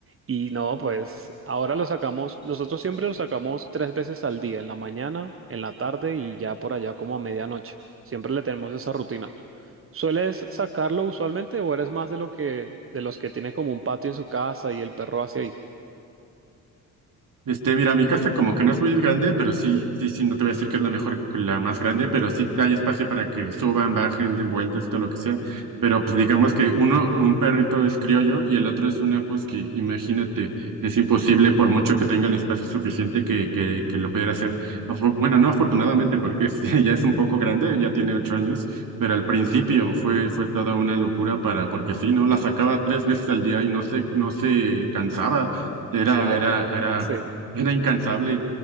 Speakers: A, on the right (about 30°); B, on the right (about 45°).
A: y no, pues ahora lo sacamos, nosotros siempre lo sacamos tres veces al día, en la mañana, en la tarde y ya por allá como a medianoche. Siempre le tenemos esa rutina. ¿Sueles sacarlo usualmente o eres más de lo que de los que tiene como un patio en su casa y el perro hacia ahí?
B: Este, mira, mi casa como que no es muy grande, pero sí, sí, sí, no te voy a decir que es la mejor, que la más grande, pero sí hay espacio para que suban, bajen, den vueltas, todo lo que sea. Pero pues digamos que uno, un perrito es criollo y el otro es una husky. Imagínate, es imposible por mucho que tenga el espacio suficiente que, que, que lo pudiera hacer. Afo- Bueno, no afortunadamente, porque es- <laughs> ya es un poco grande, ya tiene ocho años, pero al principio fue, fue toda una locura para, porque sí, ¿no? La sacaba tres veces al día y no se, no se cansaba. Era, era, era
A: Sí.
B: era incansable.